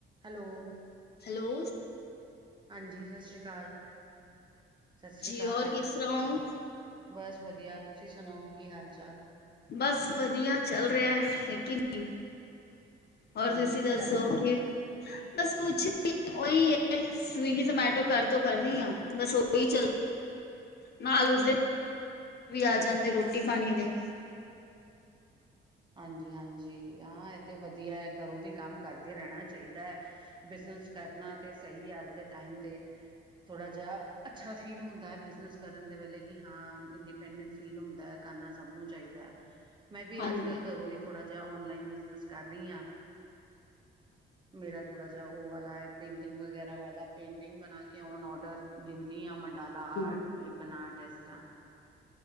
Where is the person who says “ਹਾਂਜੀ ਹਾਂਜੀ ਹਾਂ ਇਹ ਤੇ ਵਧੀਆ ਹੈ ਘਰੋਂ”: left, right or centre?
Right